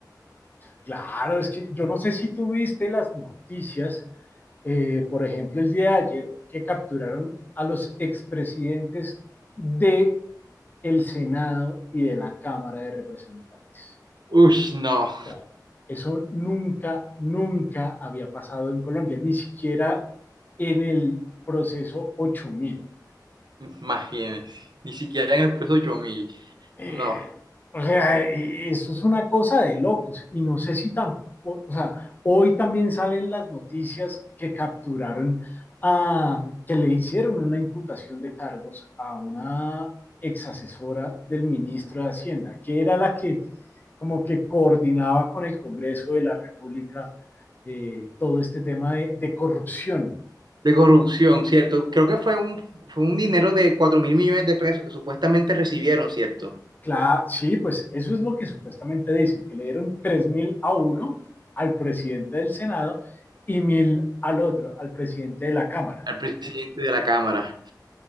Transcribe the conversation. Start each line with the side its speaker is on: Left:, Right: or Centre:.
Left: Claro, es que yo no sé si tuviste las noticias, eh, por ejemplo, el día de ayer, que capturaron a los expresidentes de el Senado y de la Cámara de Representantes.
Right: <laughs> Uy, no.
Left: O sea, eso nunca, nunca había pasado en Colombia, ni siquiera en el proceso 8000.
Right: Imagínense. Ni siquiera en el precio ocho mil
Left: Eh,
Right: No.
Left: o sea, eh, eso es una cosa de locos. Y no sé si tampoco, o sea, hoy también salen las noticias que capturaron a, que le hicieron una imputación de cargos a una exasesora del ministro de Hacienda, que era la que como que coordinaba con el Congreso de la República eh, todo este tema de, de corrupción.
Right: De corrupción, ¿cierto? Creo que fue un, fue un dinero de cuatro mil millones de pesos que supuestamente recibieron, ¿cierto?
Left: Claro, sí, pues eso es lo que supuestamente dicen, que le dieron 3.000 a uno al presidente del Senado y 1.000 al otro, al presidente de la Cámara.
Right: al presidente de la Cámara.